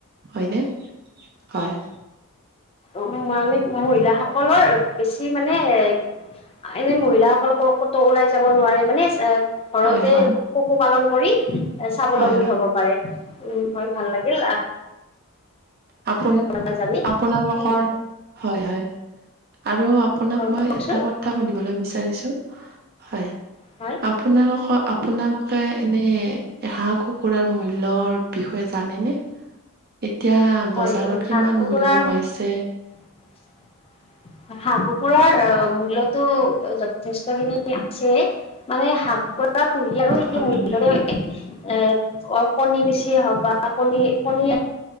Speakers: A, on the right; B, on the left.
A: হয়নে? হয়।
B: অ' মানে মহিলাসকলৰ বেছি মানে এ এনে মহিলাসকল কতো ওলাই যাব নোৱাৰে মানে এ ঘৰতে
A: হয় হয়
B: পশু পালন কৰি, স্বাৱলম্বী
A: হয় হয়
B: হ'ব পাৰে। উম' হয়, ভাল লাগিল।
A: আপোন-আপোনালোকৰ,
B: কথা জানি হয়
A: হয়-হয়। আৰু আপোনাক
B: কওকচোন
A: মই এটা কথা সুধিবলৈ বিচাৰিছো, হয়।
B: হয়
A: আপোনালোকৰ, আপোনালোকে এনেই হাঁহ-কুকুৰাৰ মূল্যৰ- বিষয়ে জানে নে? এতিয়া
B: হয়
A: বজাৰত
B: এই হাঁহ
A: কিমান
B: কুকুৰাৰ
A: মূল্য হৈছে?
B: <unintelligible> হাঁহ-কুকুৰাৰ মূল্যতো যথেষ্টখিনি আছেই। মানে হাঁহ-কুকুৰা পুহি আৰু এই
A: হয়
B: <unintelligible>
A: হয়
B: - কণী বেচিয়ে হওঁক বা কণী-কণী